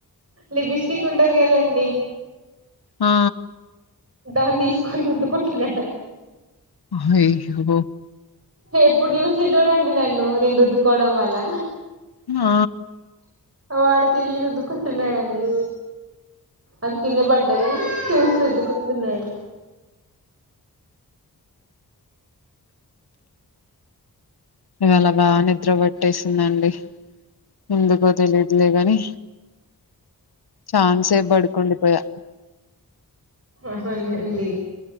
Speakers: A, on the right; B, on the left.
A: లిబ్స్టిక్ ఉంటది కదండి
B: ఆ
A: దాన్ని తీసుకొని రుద్దుకుంటున్నాడు అండి
B: అయ్యో
A: ఎప్పుడు చూసిడోడంండి నన్ను నేను రుద్దుకోవడం వల్ల
B: ఆ
A: వాడు తిరిగి రుద్దుకుంటున్నాడుండి అది కింద పడ్డది కే శ రద్ధ విన్నాడు
B: ఇవిలా బాగా నిద్ర పట్టేసిందండి ఎందుకో తెలిదులేగాని చాలా సెపు పడుకూండి పోయా
A: న్నండి